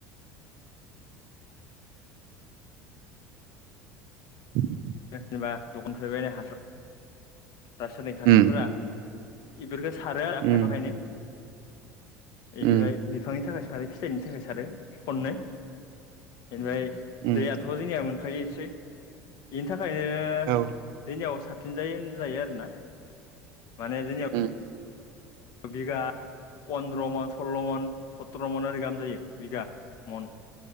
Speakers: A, on the right; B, on the left.
A: उ <inaudible>
B: जेनेबा दखानफोरबायनाय हासार रासायनिक हासारफोरा
A: उम
B: बेफोरखौ सारो आरो खायफा
A: उम
B: खायननो बेनिफ्राय
A: उम
B: बिफांनि थाखाय सारो फिथाइनि थाखाय सारो खननो बेनिफ्राय
A: उम उम
B: दैयाथ' जोंनिया मोनखायो। सै बेनि थाखायनो
A: औ
B: जोंनियाव साबसिनजायो होन जायो आरोना माने जोंनिनियाव
A: उम
B: बिगा पन्द्र' मन सल्ल' मन सत्र' मन ओरै गाहाम जायो बिगा। मन